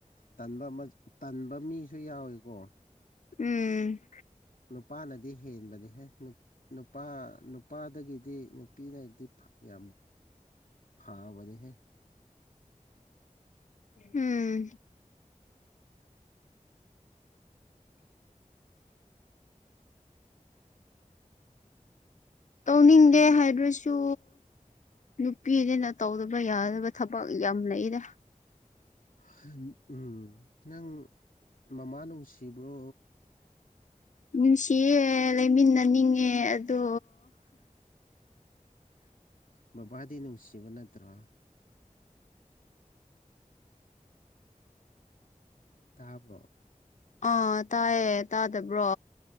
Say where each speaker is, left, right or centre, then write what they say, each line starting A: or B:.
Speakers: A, on the left; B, on the left.
A: ꯇꯟꯕ ꯃꯥ ꯇꯟꯕ ꯃꯤꯁꯨ ꯌꯥꯎꯏꯀꯣ
B: ꯎꯝ
A: ꯅꯨꯄꯥꯅꯗꯤ ꯍꯦꯟꯕꯅꯦꯍꯦ ꯅꯨꯄꯥ ꯅꯨꯄꯥꯗꯒꯤꯗꯤ ꯅꯨꯄꯤꯅꯗꯤ ꯐꯥ ꯌꯥꯝ ꯐꯥꯕꯅꯦꯍꯦ
B: ꯎꯝ ꯇꯧꯅꯤꯡꯗꯦ ꯍꯥꯏꯗ꯭ꯔꯁꯨ ꯅꯨꯄꯤꯅꯤꯅ ꯇꯧꯗꯕ ꯌꯥꯗꯕ ꯊꯕ ꯕꯛ ꯌꯥꯝ ꯂꯩꯗ
A: ꯍꯝ ꯎꯝ ꯅꯪ ꯃꯃꯥ ꯅꯨꯡꯁꯤꯕ꯭ꯔꯣ
B: ꯅꯨꯡꯁꯤꯌꯦ ꯂꯩꯃꯤꯟꯅꯅꯤꯡꯉꯦ ꯑꯗꯣ
A: ꯕꯕꯥꯗꯤ ꯅꯨꯡꯁꯤꯕ ꯅꯠꯇ꯭ꯔꯣ ꯇꯥꯕ꯭ꯔꯣ
B: ꯑꯥ ꯇꯥꯏꯌꯦ ꯇꯥꯗꯕ꯭ꯔꯣ